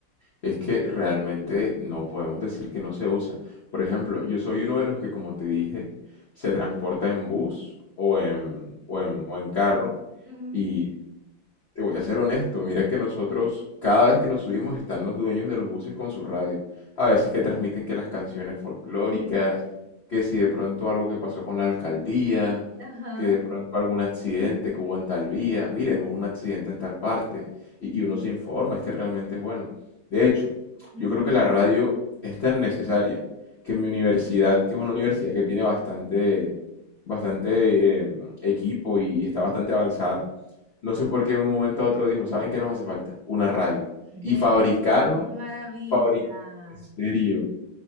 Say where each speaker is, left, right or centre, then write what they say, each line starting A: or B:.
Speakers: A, on the left; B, on the right.
A: Es que realmente no podemos decir que no se usa. Por ejemplo, yo soy uno de los que, como te dije, se transporta en bus o en, o en, o en carro
B: Ujú.
A: y Te voy a ser honesto, mira que nosotros, cada vez que nos subimos, están los dueños de los buses con su radio. A veces que transmiten que las canciones folclóricas,
B: Sí.
A: que si de pronto algo que pasó con la alcaldía,
B: Ajá.
A: que de pronto algún accidente que hubo en tal vía, miren, hubo un accidente en tal parte, y, y uno se informa, es que realmente es bueno. De hecho,
B: ujú.
A: yo creo que la radio es tan necesaria que en mi universidad, que es una universidad que tiene bastante, bastante em, equipo y está bastante avanzada, no sé por qué de un momento a otro dijo, ¿saben qué nos hace falta? Una radio.
B: Ve,
A: Y fabricaron,
B: qué maravilla.
A: fabri- en serio,